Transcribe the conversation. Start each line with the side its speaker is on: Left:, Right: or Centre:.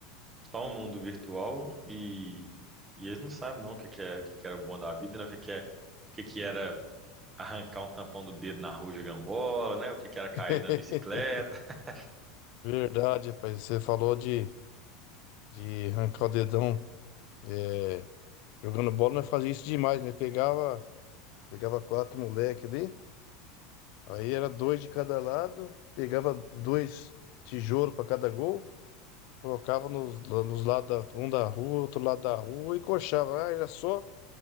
Right: só um mundo virtual e, e eles não sabem não o que que é, o que que era o bom da vida, né? O que que é, o que que era arrancar um tampão do dedo na rua de gambola, né? O que que era cair
Left: <laughs>
Right: da bicicleta. <laughs>
Left: Verdade, rapaz. Você falou de, de arrancar o dedão. é, Jogando bola, nós fazia isso demais, né? Pegava, pegava quatro moleque ali, aí era dois de cada lado, pegava dois tijolos para cada gol, colocava nos, lá nos lados, da- um da rua, outro lado da rua e coxava. Ah, era só